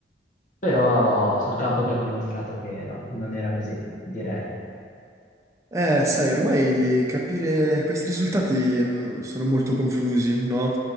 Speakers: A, on the left (about 45°); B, on the right (about 15°).
A: Però sul campo abbiamo dimostrato che no, non era così, direi.
B: Eh, sai, ormai capire questi risultati mm, sono molto confusi, no?